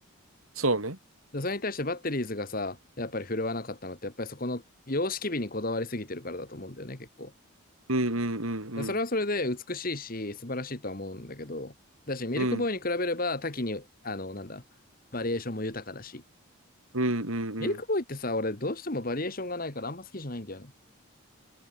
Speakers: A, on the right; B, on the left.
A: そうね。
B: で、それに対してバッテリーズがさ、やっぱり振るわなかったのって、やっぱりそこの様式美にこだわりすぎてるからだと思うんだよね、結構。
A: うんうんうんうん。
B: でそれはそれで美しいし、素晴らしいとは思うんだけど、だし、ミルクボーイに比べれば多岐に、
A: うん
B: あの、なんだ、バリエーションも豊かだし。
A: うんうんうん。
B: ミルクボーイってさ、俺どうしてもバリエーションがないからあんま好きじゃないんだよね。